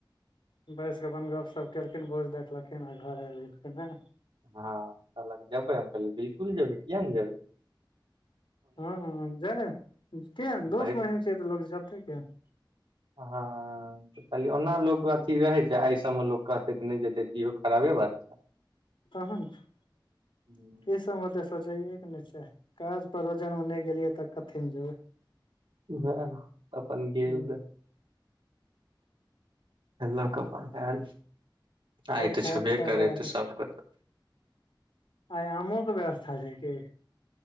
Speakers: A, on the left (about 80°); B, on the right (about 75°).
A: बैसिकऽ अपन गप्पशप कयेलखिन भोज देखलखिन आओर घर आबि गेलखिन नै
B: हँ कहलक जेबै हम कहली बिलकुल जेबै किए नै जेबै
A: हॅं जाए किएक दोस्त
B: भरि
A: महिम छियै तऽ लोक जेतै किए ने
B: हाँ कहलीयै ओना लोक अथी रहै छै एहि सभमे लोक कहतै तऽ नहि जेतै तऽ इहो खराबे बात छै
A: तहन की
B: हम्म,
A: ई सबमे तऽ सोचैएके नै चाही काज परोजनमे नहि गेलियै तऽ कथीमे जेबै
B: उएह नऽ <unintelligible> अपन गेल
A: हूँ
B: रही ल क अपन आयल आइ ते
A: खायत
B: छेबे
A: दबाए
B: करे त सबके तऽ
A: आय आमोे के व्यवस्था छै की